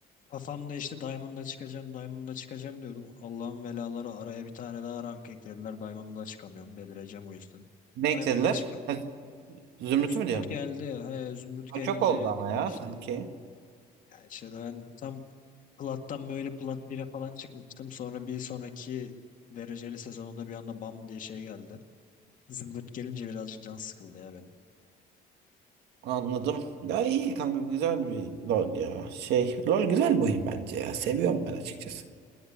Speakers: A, on the left (about 50°); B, on the right (about 80°).
A: kafamda işte Diamond'da çıkacağım Diamond'da çıkacağım diyordum. Allah'ın belaları araya bir tane daha rank eklediler. Diamond'da çıkamıyorum delireceğim o yüzden.
B: Ne eklediler?
A: Diamond'da çıkıp
B: Ha, Zümrüt'ü
A: Zümrüt
B: mü diyorsun?
A: geldi. ya. He, Zümrüt
B: Ha,
A: gelince
B: çok oldu ama
A: gitti
B: ya
A: işte.
B: sanki.
A: Yani işte ben tam Plat'tan böyle Plat 1'e falan çıkmıştım. Sonra bir sonraki dereceli sezonunda bir anda bam diye şey geldi. Zımbırt gelince birazcık can sıkıldı ya benim.
B: Anladım. Ya iyi kanka güzel bir LoL ya. Şey LoL güzel bir oyun bence ya. Seviyorum ben açıkçası.